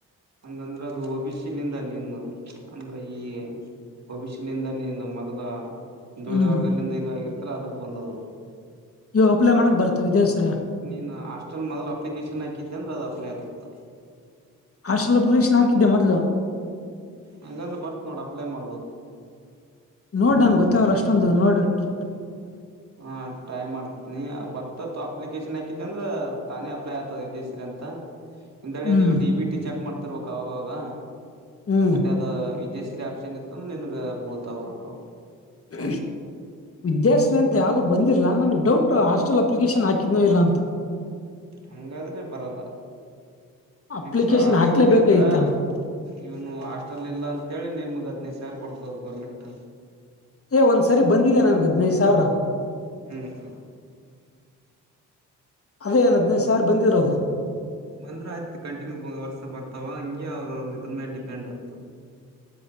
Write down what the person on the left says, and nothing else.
ಹ್ಮ್
ಇವಾಗ ಅಪ್ಲೈ ಮಾಡಕ್ ಬರ್ತವೆ ವಿದೇಸ್.
ಹಾಸ್ಟೆಲ್ ಅಪ್ಲಿಕೇಶನ್ ಹಾಕಿದ್ದೆ ಮೊದ್ಲು
ನೋಡ್ ನನ್ ಗೊತ್ತಾಗಲ್ಲ ಅಷ್ಟೊಂದು ನೋಡ್ಟ್ಟು
ಹ್ಮ್
ಹ್ಮ್
ಹ ವಿದ್ಯಾಶ್ರೀ ಅಂತ ಯಾವ್ದದು ಬಂದಿಲ್ಲ ಇಲ್ಲ ನಂ ಡೌಟ್ ಹಾಸ್ಟೆಲ್ ಅಪ್ಲಿಕೇಶನ್ ಹಾಕಿಧ್ನೋ ಇಲ್ಲ ಅಂತ
ಅಪ್ಲಿಕೇಶನ್
ಹಾಕ್ಲೇಬೇಕಾಗಿತ್ತ
ಏ ಒಂದ್ ಸರಿ ಬಂದಿದೆ ನಂಗದ್ ಹದಿನೈದ್ ಸಾವ್ರ
ಅದೇ ಏನ್ ಹದ್ನೈದು ಸಾವಿರ ಬಂದಿರೋದು